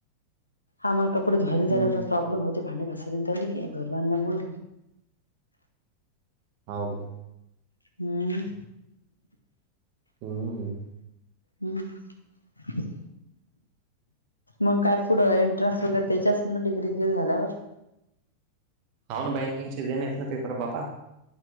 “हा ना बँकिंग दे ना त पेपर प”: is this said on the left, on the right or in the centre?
Right